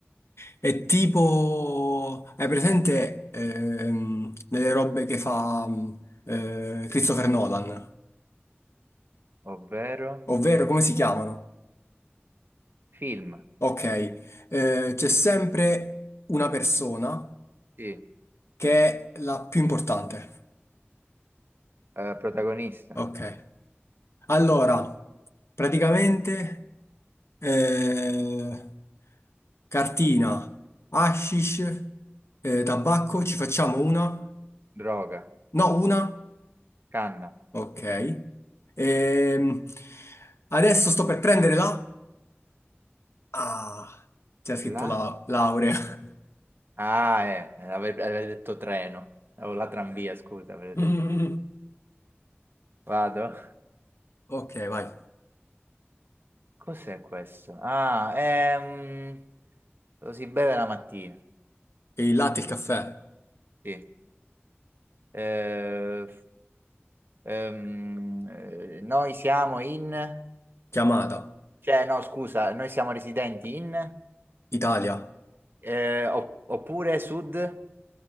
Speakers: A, on the left; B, on the right.
A: è tipo... Hai presente ehm, nelle robe che fa mm, eh, Christopher Nolan?
B: ovvero
A: Ovvero, come si chiamano?
B: film.
A: Ok, eh, c'è sempre una persona
B: Sì.
A: che è la più importante.
B: Eh, protagonista.
A: Ok, allora, praticamente, eh, cartina, hashish, eh, tabacco, ci facciamo una?
B: Droga.
A: No, una?
B: Canna.
A: Ok. Ehm, adesso sto per prendere la... Ah, c'è scritto
B: La?
A: la laurea. <laughs>
B: Ah, eh, ave- avevo detto treno. O la tramvia, scusa, avevo
A: Mm,
B: detto. Vado?
A: Ok, vai.
B: Cos'è questo? Ah, ehm... Lo si beve la mattina.
A: E il latte e il caffè,
B: Sì. Eh, ehm, eh, noi siamo in...
A: chiamata,
B: Cioè, no, scusa, noi siamo residenti in,
A: Italia,
B: eh, opp- oppure sud,